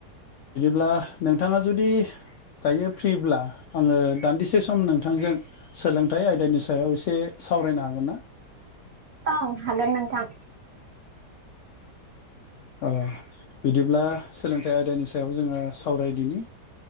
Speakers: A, on the left (about 75°); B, on the right (about 85°).
A: बिदिब्ला नोंथाङा जुदि दायो फ्रिब्ला आङो दान्दिसे सम नोंथांजों सोलोंथाइ आयदानि सायाव एसे सावरायनो हागोन ना
B: औ हागोन नोंथां
A: ओ बिदिब्ला सोलोंथाइ आयदानि सायाव जोङो सावरायदिनि